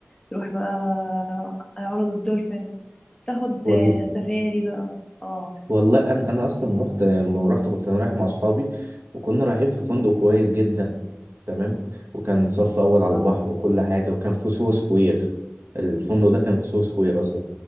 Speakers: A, on the left; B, on the right.
A: تروح بقى عروض الدولفين تاخد
B: وال...
A: سفاري بقى اه
B: والله انا انا اصلا رحت لما رحت كنت انا رايح مع اصحابي وكنا رايحين في فندق كويس جدا تمام وكان صف اول على
A: اه
B: البحر وكل حاجه وكان في سوهو سكوير الفندق ده كان في سوهو سكوير اصلا